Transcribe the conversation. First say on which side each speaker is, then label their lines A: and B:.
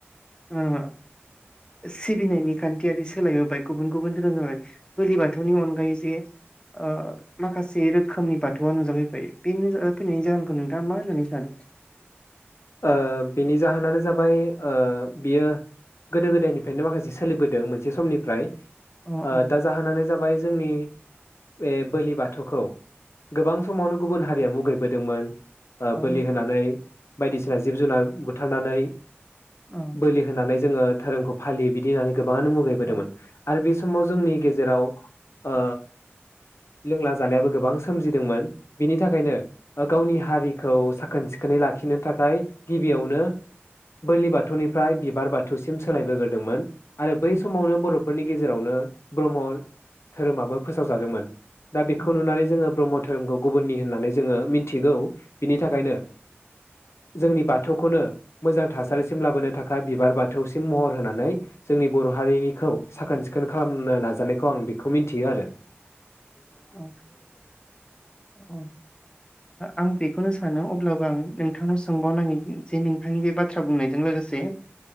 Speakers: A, on the left (about 20°); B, on the left (about 80°).
A: <unintelligible> सिबिनायनि खान्थियारि सोलायबोबाय गुबुन गुबुन धोरोम जाबाय बोलि बाथौनि अनगायै जे ओ माखासे रोखोमनि बाथौआ नुजाफैबाय बे नुजाफैनायनि जाहोनखौ नोंथाङा मा होननानै सानो।
B: ओ बेनि जाहोनानो जाबाय ओ बियो गोदो गोदायनिफ्रायनो माखासे सोलिबोदों मोनसे समनिफ्राय।
A: अ
B: ओ
A: अ
B: दा जाहोनानो जाबाय जोंनि बे बोलि बाथौखौ गोबां समावनो गुबुन हारिया मुगैबोदोंमोन। ओ
A: औ
B: बोलि होनानै। बायदिसिना जिब जुनार बुथारनानै।
A: अ
B: बोलि होनानै। जोङो धोरोमखौ फालियो बिदि होनानै गोबाङानो मुगैबोदोंमोन
A: अ
B: आरो बे समाव जोंनि गेजेराव ओ लोंला जालायाबो गोबां सोमजिदोंमोन बिनि थाखायनो ओ गावनि हारिखौ साखोन सिखोनै लाखिनो थाखाय गिबियावनो बोलि बाथौनिफ्राय बिबार बाथौसिम सोलायबोग्रोदोंमोन। आरो बै
A: उम
B: समावनो बर' फोरनि गेजेरावनो ब्रह्म धोरोमाबो फोसावजादोंमोन। दा बेखौ
A: उम
B: नुनानै जोङो ब्रह्म धोरोमखौ गुबुननि होननानै जोङो मिथिगौ बिनि थाखायनो। जोंनि बाथौखौनो मोजां थासारिसिम लाबोनो थाखाय बिबार बाथौसिम महर होनानै जोंनि बर' हारिनिखौ साखोन सिखोन खालामनो नाजानायखौ आं बेखौ मिथियो आरो ।
A: अ अ ओ आं बेखौनो सानो अब्लाबो आं नोंथांनाव सोंबावनांगोन जे नोंथांनि बे बाथ्रा बुंनायजों लोगोसे